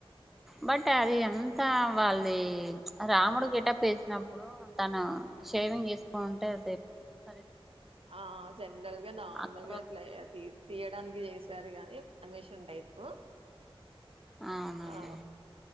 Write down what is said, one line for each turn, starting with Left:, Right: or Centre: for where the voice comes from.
Centre: బట్ అది అంత వాళ్ళది రాముడు గేటాప్పేసినప్పుడు తను షేవింగ్ చేసుకోంటే అద
Right: ఆ జనరల్ గా నార్మల్గా
Centre: అక్కడ
Right: అట్లా తి తీయడానికి చేసారు గాని పర్మిషన్ టైపు
Centre: అవునండి
Right: ఆ